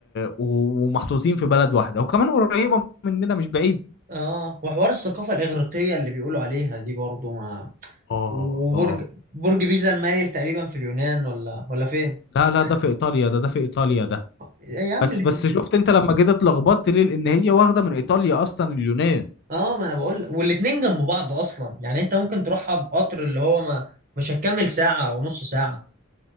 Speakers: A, on the left; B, on the right.
A: و- ومحطوطين في بلد واحده وكمان قريبه مننا مش بعيد
B: اه وحوار الثقافة الإغريقية اللي بيقولوا عليها دي برضو ما
A: اه
B: وبرج
A: اه
B: برج بيزا المايل تقريبا في اليونان ولا ولا فين
A: لا
B: مش
A: لا ده
B: عارف
A: في ايطاليا ده ده في ايطاليا ده
B: إيه يا عم
A: بس
B: الاتنين
A: بس شفت انت لما جيت اتلخبطت ليه لان هي واخده من ايطاليا اصلا اليونان
B: اه ما انا بقول والاتنين جنب بعض اصلا يعني انت ممكن تروحها بقطر اللي هو ما مش هتكمل ساعة ونص ساعة